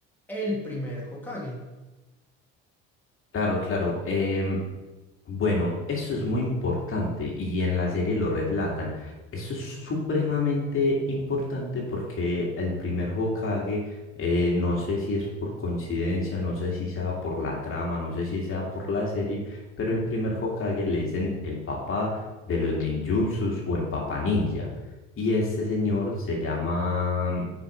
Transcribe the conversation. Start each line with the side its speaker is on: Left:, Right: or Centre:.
Centre: el primer Hokage.
Left: Claro, claro. Em, bueno, eso es muy importante y en la serie lo relatan. Eso es supremamente importante porque el primer Hokage, eh, no sé si es por coincidencia, no sé si sea por la trama, no sé si sea por la serie, pero el primer Hokage le dicen el papá de los ninjutsus o el papá ninja. Y este señor se llama...